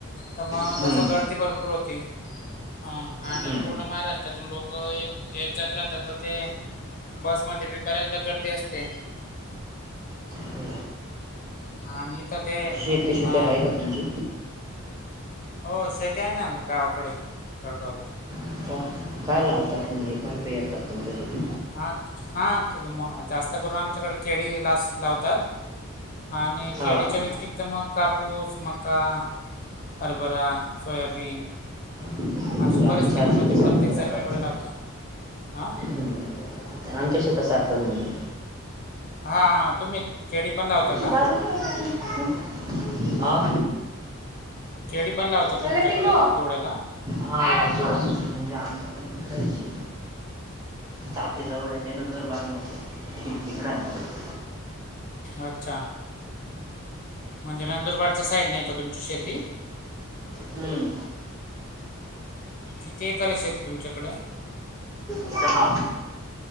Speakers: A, on the left; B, on the right.
A: त मग
B: हम्म,
A: तसं गर्दी भरपूर होती, हं आणि
B: हम्म.
A: पुर्ण महाराष्ट्रातून लोकं येत-जात राहतात त ते बसमध्ये बी बऱ्याचदा गर्दी असते.
B: हो,
A: हा आणि इथं ते
B: शेती, शेती
A: अ
B: आहे का तुमची?
A: हो शेती आहे ना गावाकडे खेडगाव, गावला.
B: का काय लावतात म्हणजे
A: हम्म.
B: काय पेरतात तुमच्या तिथं?
A: हा- हा जास्त करून आमच्याकडे केळी लावतात. आणि
B: हां
A: केळीच्या, व्यतिरिक्त मग कापूस, मक्का हरबरा, सोयाबीन
B: त्या
A: असे बरेच
B: आमच्या
A: पिकं
B: आज्जी
A: म्हणजे
B: इथे
A: प्रत्येक
B: सातत
A: जण
B: राहतात,
A: वेगळे लावता हा
B: हम्म. आमच्या शेता सारखंच म्हणजे.
A: हा, तुम्ही केळी पण लावता क?
B: दादु कुठे आहे? आ,
A: केळी पण लावता
B: चला
A: तुमच्याकडे
B: पिल्लू
A: धुळ्यात?
B: हा म्हणजे आज्जी, आमच तिकडंच ये. तापी जवळ येते, ते नंदुरबार जवळ तिकडं आहे.
A: अच्छा, म्हणजे नंदुरबारच्या साईडने आहे का तुमची शेती?
B: हम्म,
A: किती एकर ये शेती तुमच्याकडे?
B: दहा.